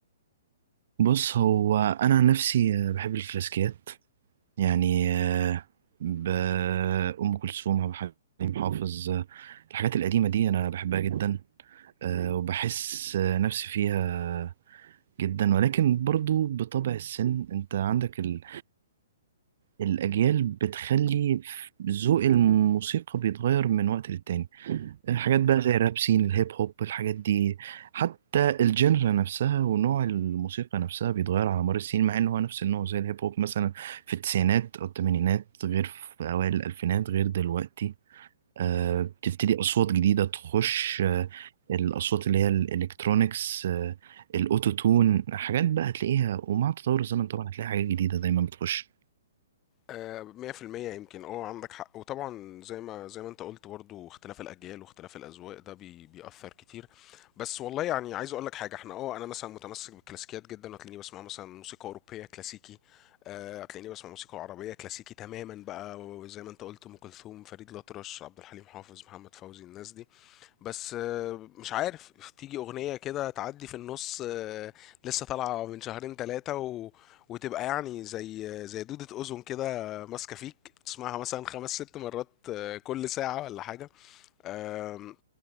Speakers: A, on the right; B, on the left.
A: بص هو أنا عن نفسي آه، بحب الكلاسيكيات يعني آه، ب- أم كلثوم عبد الحليم حافظ آه، الحاجات القديمة دي أنا بحبها جدا آه، وبحس آه، نفسي فيها جدا ولكن برضو بطبع السن انت عندك ال... الأجيال بتخلي ذوق الموسيقى بيتغير من وقت للتاني حاجات بقى زي الراب سين الهيب هوب الحاجات دي حتى الجنرا نفسها ونوع الموسيقى نفسها بيتغير على مر السنين مع ان هو نفس النوع زي الهيب هوب مثلا في التسعينات او الثمانينات غير في اوائل الالفينات غير دلوقتي آه بتبتدي اصوات جديده تخش آه الاصوات اللي هي الالكترونيكس آه الاوتو تون حاجات بقى هتلاقيها ومع تطور الزمن طبعا هتلاقي حاجات جديده دايما بتخش
B: آه، 100% يمكن اه عندك حق وطبعا زي ما زي ما انت قلت برضو اختلاف الاجيال واختلاف الاذواق ده بي بيأثر كتير بس والله يعني عايز اقول لك حاجه احنا اه انا مثلا متمسك بالكلاسيكيات جدا وهتلاقيني بسمع مثلا موسيقى اوروبيه كلاسيكي آه، هتلاقيني بسمع موسيقى عربية كلاسيكي تماما بقى وزي ما انت قلت ام كلثوم فريد الأطرش عبد الحليم حافظ محمد فوزي الناس دي بس آه، مش عارف تيجي أغنية كده تعدي في النص آه، لسه طالعة من شهرين ثلاثة و... وتبقى يعني زي آه، زي دودة أذن كده ماسكة فيك تسمعها مثلا خمس ست مرات آه، كل ساعة ولا حاجة آم،